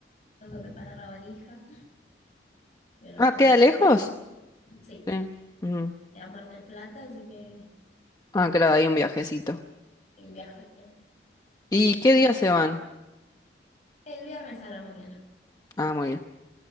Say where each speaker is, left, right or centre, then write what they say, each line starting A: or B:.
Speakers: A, on the left; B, on the left.
A: tengo que preparar la valija, porque nos
B: ah,
A: tenemos
B: ¿queda
A: que
B: lejos?
A: ir lejos. Sí,
B: Sí. ujú.
A: queda Mar del Plata, así que
B: Ah, claro, hay un viajecito.
A: un viaje.
B: ¿Y qué
A: un
B: día
A: par-
B: se van?
A: El viernes a la mañana.
B: Ah, muy bien.